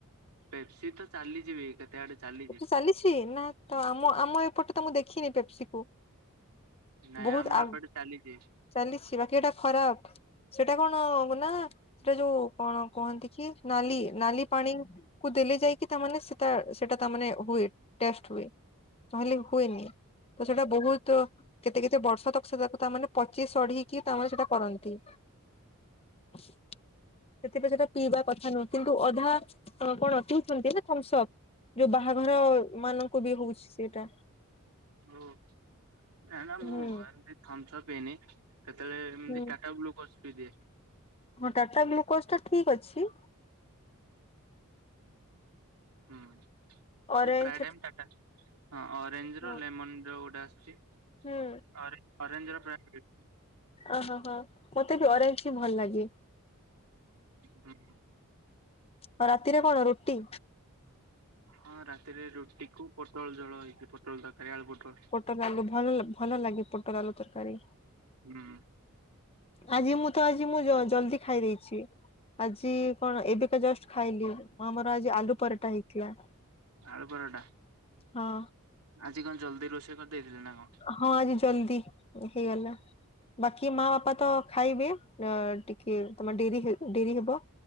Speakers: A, on the right; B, on the left.
A: ପେପ୍ସି ତ ଚାଲିଯିବି କେତେ ଆଡେ। ଚାଲିଛି।
B: ଏଠ ଚାଲିଛି ନା ତ ଆମ ଆମ ଏପଟେ ତ ମୁଁ ଦେଖିନି ପେପ୍ସି କୁ।
A: ନାଇଁ
B: ବହୁତ
A: ଆମ
B: ଆ
A: ଏପଟେ ଚାଲିଛି।
B: ଚାଲିଛି ବାକି ଏଟା ଖରାପ। ସେଇଟା କଣ ନା ସେଟା ଯୋଉ କଣ କୁହନ୍ତି କି ନାଲି ନାଲି ପାଣିଙ୍ଗି। କୁ ଦେଲେ ଯାଇକି ତାମାନେ ସେଟା ସେଟା ତାମାନେ ହୁଏ ଟଷ୍ଟ ହୁଏ। ନହେଲେ ହୁଏନି ତ ସେଇଟା ବୋହୁତ୍ କେତେ କେତେ ବର୍ଷ ତକ ସେ ତାକୁ ତାମାନେ ପଚି ସଢିକି ତାମାନେ ସେଟା କରନ୍ତି। <inaudible> ସେଥିପାଇଁ ସେଟା ପିଇବା କଥା ନୁହଁ କିନ୍ତୁ ଅଧା କଣ ପିଉଛନ୍ତି ନା ଥମ୍ସପ୍। ଯୋଉ ବାହାଘର ମାନଙ୍କୁ ବି ହଉଛି ସେଇଟା।
A: ଓ ନା ନା ମୁଁ
B: ହୁଁ
A: ଏମିତି ଥମ୍ସପ ପିଇନି। କେତେବେଳେ ଏମିତି
B: ହୁଁ।
A: ଟାଟା ଗ୍ଲୁକୋଜ ପି ଦିଏ।
B: ହଁ ଟାଟା ଗ୍ଲୁକୋଜ ଟା ଠିକ୍ ଅଛି।
A: ହୁଁ
B: ଅରେଞ୍ଜ
A: ମୁଁ ପ୍ରାଏ ଟାଇମ୍ ଟାଟା ହଁ ଅରେଞ୍ଜ
B: ହଁ
A: ର ଲେମନ ର ଗୋଟେ ଆସିଛି।
B: ହୁଁ
A: ଅରେ ଅରେଞ୍ଜ ପ୍ର ଏ।
B: ଓହୋ ହୋ ମତେ ବି ଅରେଞ୍ଜ ଭଲ ଲାଗେସ।
A: ହୁଁ।
B: ଆଉ ରାତିରେ କଣ ରୁଟି।
A: ହଁ ରାତିରେ ରୁଟି କୁ ପୋଟଳ ଝୋଳ ହେଇକି ପୋଟଳ ତରକାରୀ ଆଳୁ ପୋଟଳ।
B: ପଟଲ ଆଲୁ ଭଲ ଭଲ ଲାଗେ ପଟଲ ଆଲୁ ତରକାରୀ।
A: ହୁଁ।
B: ଆଜି ମୁଁ ତ ଆଜି ମୁଁ ଜଲ୍ଦୀ ଖାଇ ଦେଇଛି। ଆଜି କଣ ଏବେକା ଜଷ୍ଟ ଖାଇଲି। ଆମର ଆଜି ଆଲୁ ପରଟା ହେଇଥିଲା
A: ଆଳୁ ପରଟା
B: ହଁ।
A: ଆଜି କଣ ଜଲ୍ଦି ରୋଷେଇ କରିଦେଇଥିଲେ ନା କଣ।
B: ହଁ ଆଜି ଜଲ୍ଦୀ ହେଇଗଲା। ବାକି ମା ବାପା ତ ଖାଇବେ ଟିକେ ତମ ଡେରି ଡେରି ହେବ।